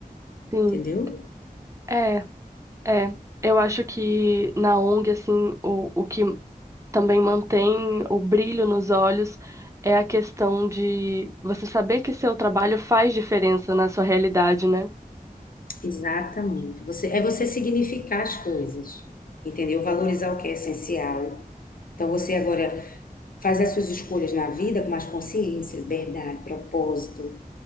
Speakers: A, on the right; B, on the left.
A: Sim.
B: Entendeu?
A: É. É, eu acho que na ONG, assim, o, o que também mantém o brilho nos olhos é a questão de você saber que seu trabalho faz diferença na sua realidade, né?
B: Exatamente. Você, é você significar as coisas, entendeu? Valorizar o que é essencial. Então você agora faz as suas escolhas na vida com mais consciência, liberdade, propósito,